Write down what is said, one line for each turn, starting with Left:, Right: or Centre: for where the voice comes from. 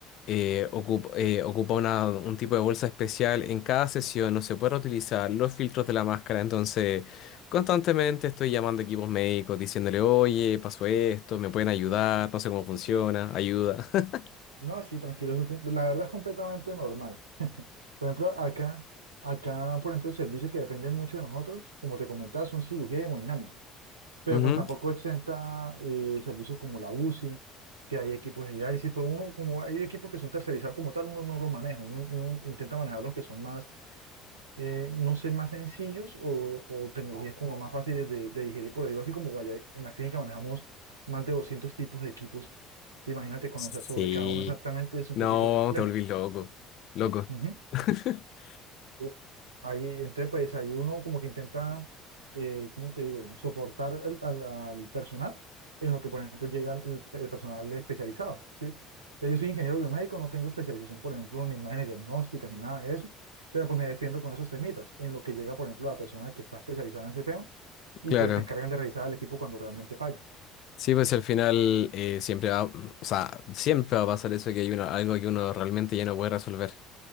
Left: eh, ocup- eh, ocupa una- un tipo de bolsa especial en cada sesión, no se puede reutilizar los filtros de la máscara, entonces constantemente estoy llamando a equipos médicos diciéndole, oye, pasó esto, me pueden ayudar, no sé cómo funciona, ayuda. <laughs>
Right: No, sí, tranquilo, eso es com- la verdad es completamente normal. <laughs> Por ejemplo, acá, acá, por ejemplo, servicios que dependen mucho de nosotros, como te comentaba, son cirugía y hemodinámica, pero
Left: Ujú.
Right: pues tampoco exenta eh, servicios como la UCI, que hay equipos de diálisis, pues uno, como hay equipos que son tercerizados como tal, uno no los maneja, uno, uno intenta manejar los que son más eh, no sé, más sencillos o, o tecnologías como más fáciles de, de digerir. Por ejemplo, así como vaya, en la clínica manejamos más de 200 tipos de equipos. Te imagínate conocer
Left: Sí,
Right: sobre cada uno exactamente es un
Left: no,
Right: poquito complejo.
Left: te volvís loco, loco.
Right: Ujú.
Left: <laughs>
Right: Uf, Ahí, entonces, pues ahí uno como que intenta, eh, ¿cómo te digo?, soportar al, al- al personal en lo que, por ejemplo, llega el, el personal especializado, ¿sí? Entonces, yo soy ingeniero biomédico, no tengo especialización, por ejemplo, en imágenes diagnósticas ni nada de eso, pero pues me defiendo con esos temitas, en lo que llega, por ejemplo, la persona que está especializada en ese tema y
Left: Claro.
Right: pues se encargan de revisar al equipo cuando realmente falla.
Left: Sí, pues al final eh, siempre va, o sea, siempre va a pasar eso que hay uno, algo que uno realmente ya no puede resolver.